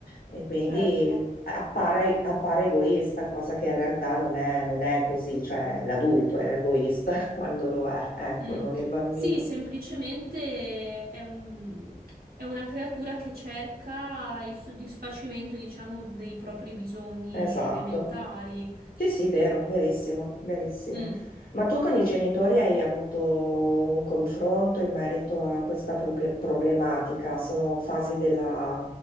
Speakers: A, on the left; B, on the right.
A: e quindi
B: certo.
A: appare, appare egoista, cosa che in realtà non è, non è così, cioè l'adulto è egoista <laughs> quando lo è, ecco,
B: Mm.
A: non il bambino.
B: Sì, semplicemente è un- è una creatura che cerca il soddisfacimento, diciamo, dei propri bisogni
A: Esatto.
B: elementari.
A: Sì, sì, vero, verissimo, verissimo.
B: Mm.
A: Ma tu con i genitori hai avuto un confronto in merito a questa proble- problematica? Sono fasi della-